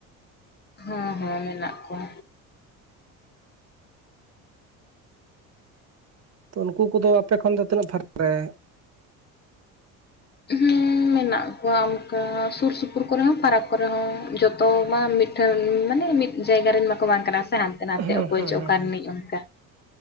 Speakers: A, on the left (about 30°); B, on the right (about 50°).
A: ᱦᱚᱸ ᱦᱚᱸ ᱢᱮᱱᱟᱜ ᱠᱚᱣᱟ᱾
B: ᱩᱱᱠᱩ ᱠᱚᱫᱚ ᱟᱯᱮ ᱠᱷᱚᱱ ᱫᱚ ᱛᱤᱱᱟᱹᱜ ᱯᱷᱟᱨᱟᱠ ᱨᱮ?
A: ᱦᱩᱸᱻ ᱢᱮᱱᱟᱜ ᱠᱚᱣᱟ ᱚᱱᱠᱟ ᱥᱩᱨ ᱥᱩᱯᱩᱨ ᱠᱚᱨᱮ ᱦᱚᱸ ᱯᱷᱟᱨᱟᱠ ᱠᱚᱨᱮ ᱦᱚᱸ ᱡᱚᱛᱚ ᱢᱟ ᱢᱤᱫ, <unintelligible> ᱢᱟᱱᱮ ᱢᱤᱫ ᱡᱟᱭᱜᱟ ᱨᱮᱱ ᱢᱟᱠᱚ ᱵᱟᱝ ᱠᱟᱱᱟ ᱥᱮ ᱦᱟᱱ <unintelligible>
B: ᱦᱩᱸ
A: <unintelligible> ᱚᱠᱚᱭ
B: ᱦᱩᱸ
A: ᱪᱚ
B: ᱦᱩᱸ
A: ᱚᱠᱟ ᱨᱤᱱᱤᱡ ᱚᱱᱠᱟ <unintelligible>